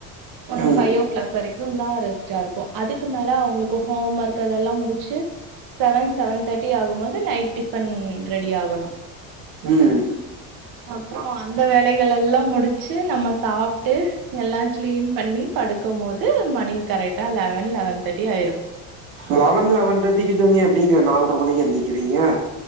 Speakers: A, on the right; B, on the right.
A: ஒரு
B: ம்
A: ஃபைவ் ஓ கிளாக் வரைக் குந்தா ரெஸ்ட்டா இருக்கு அதுக்கு மேல அவுங்களுக்கு ஹோம் ஒர்க் அதெல்லா முடிச்சு செவன் செவன் தேர்ட்டி ஆகும் போது நைட் டிஃபன் ரெடி ஆகணு
B: ம்
A: அப்பறோ அந்த வேலைகளெல்லா முடிச்சு நம்ம சாப்ட்டு எல்லாம் கிளீன் பண்ணி படுக்கும் போது மணி கரெக்டா லெவன் லெவன் தேர்ட்டி ஆயிரு
B: லெவன் லெவன் தேர்ட்டிக்கி தூங்கி எப்டிங்க நால்ர மணிக்கு எந்திருக்கிறீங்க